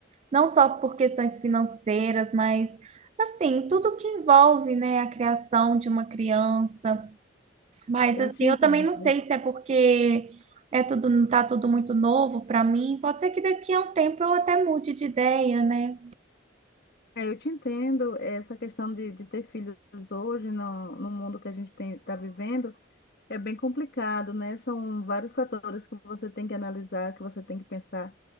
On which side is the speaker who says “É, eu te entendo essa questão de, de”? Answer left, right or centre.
Left